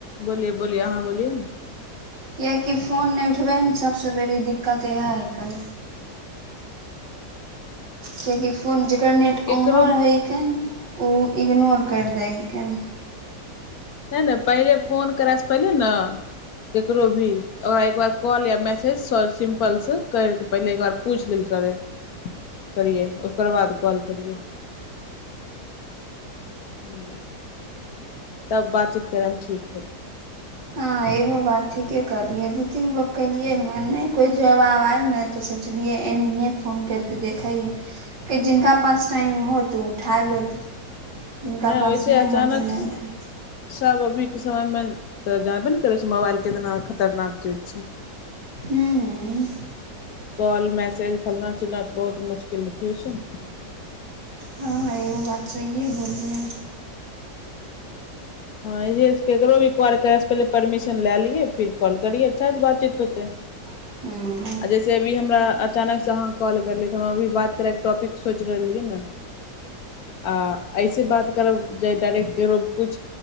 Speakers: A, on the left (about 65°); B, on the right (about 80°).
A: बोलिए। बोलिए अहाँ बोलिए ने।
B: किएकि फोन नहि उठबै हन सभसँ बेड़ी दिक्कत इएह हइ कन। कियकि फोन जे। इनकरनेट ऑनो
A: ककरो
B: रहैिक। ओ इग्नोर करि दै हिकन।
A: ते ने पहिले फोन करयसँ पहिले ने ककरो भी। ओकरा एक बार कॉल या मैसेज। कल से करिके पहिले एकबार पूछि लेल करै करियै ओ। ओकर बाद कॉल करै। ह्म तब बातचीत करम ठीक होत।
B: हँ इहो बात ठीके कहलियै दू तीन गो केलियै नहि कोइ जवाब आयल ने तऽ सोचलियै एनाहिए फोन करि कऽ देखैै। कि जिनका पास टाइम हो तऽ उठा लेत। जिनका
A: नहि ओहिसे
B: पास
A: अचानक
B: होत ओ नहि उठा
A: सब अभी के समय मे त जाबे ने। क करै छै मोबाइल कितना खतरनाक चीज छै।
B: हूँ
A: कॉल मैसेज फलना चना त बहुत मुश्किल। मुश्किलथ हो छै ने।
B: हँ एगो बात सहिए बोलियै।
A: हँ इह ककरो भी कॉल करयसँ पहिले परमिशन लए लियै फिर कॉल करियै अच्छा से बातचीत होतै
B: अपने
A: आ जैसे अभी हमरा। अचानक से अहाँ कॉल करलियै तऽ हम अभी बात करैके टॉपिक सोचि रहलियै ने। आ ऐसे बात करल जाय डायरेक्ट करब कुछ।